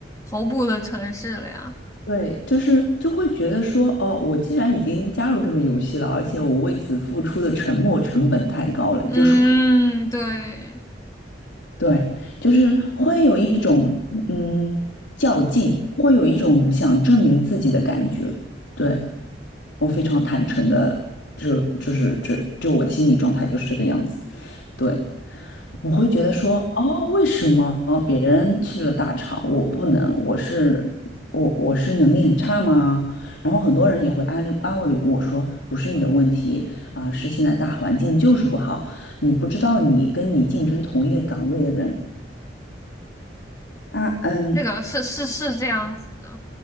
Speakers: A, on the left (about 20°); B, on the left (about 85°).
A: 头部的城市了呀。
B: 对，就是就会觉得说，哦，我既然已经加入这个游戏了，而且我为此付出的沉没成本太高了，就是会，
A: 嗯，对，
B: 对，就是会有一种嗯较劲，会有一种想证明自己的感觉。对，我非常坦诚的，就就是这就我的心理状态就是这个样子。对。我会觉得说，哦，为什么别人去了大厂，我不能？我是我我是能力很差吗？然后很多人也会安利安慰我说，不是你的问题啊，是现在大环境就是不好，你不知道你跟你竞争同一个岗位的人，他嗯，
A: 这个是是是这样子的，